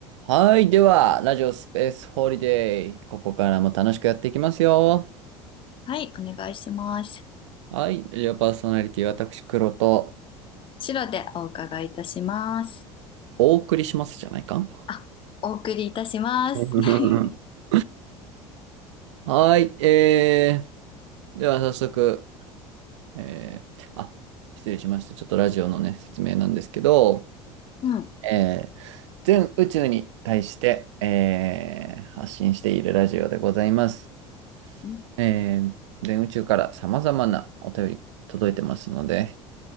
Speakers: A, on the right; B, on the left.
A: はい。では、ラジオスペースホリデー。ここからも楽しくやっていきますよ。
B: はい、お願いします。
A: はい。ラジオパーソナリティ、私、黒と
B: 白でお伺いいたします。
A: お送りしますじゃないか。
B: あ、お送りいたします。
A: <laughs>
B: <laughs>
A: はい。えー、では、早速、えー、あ、失礼しました。ちょっとラジオのね、説明なんですけど、
B: うん。
A: えー、全宇宙に対して、えー、発信しているラジオでございます。
B: うん
A: えー、全宇宙から様々なお便り届いてますので、